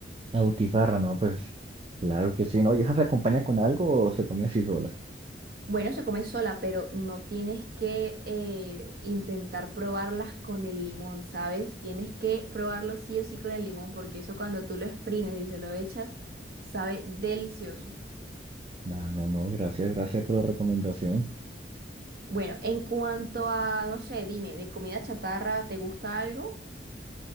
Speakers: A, on the right; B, on the right.
A: Autifarra, no, pues claro que sí, ¿no? ¿Y esa se acompaña con algo o se come así sola?
B: Bueno, se come sola, pero no tienes que eh, intentar probarlas con el limón, ¿sabes? Tienes que probarlo sí o sí con el limón, porque eso cuando tú lo exprimes y se lo echas, sabe delicioso.
A: Ah, no, no, gracias, gracias por la recomendación.
B: Bueno, en cuanto a, no sé, dime, ¿de comida chatarra te gusta algo?